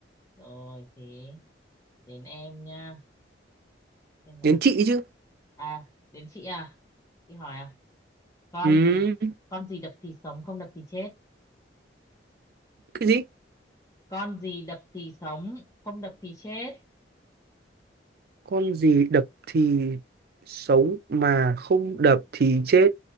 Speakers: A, on the left (about 20°); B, on the right (about 55°).
A: rồi thế đến em nha xem nào
B: Đến chị chứ.
A: à đến chị à chị hỏi à con
B: Ừm,
A: gì con gì đập thì sống không đập thì chết
B: cái gì?
A: con gì đập thì sống không đập thì chết
B: Con gì đập thì sống mà không đập thì chết.